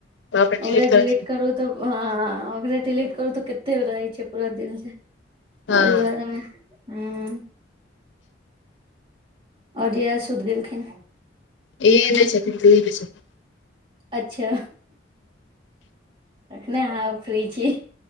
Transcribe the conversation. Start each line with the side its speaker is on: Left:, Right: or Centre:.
Left: बाप रे
Right: ओकरा
Left: कर
Right: डिलीट करू तऽ हँ आ-आ -आ ओकरे डिलीट करू तऽ केत्ते रहै छै पूरा दिन के
Left: हँ
Right: ओय वारे मे हूँ। और रिया सुत गेलखिन?
Left: रिया नै छथिन रूही बस छथि।
Right: अच्छा। तखने अहाँ फ्री छी।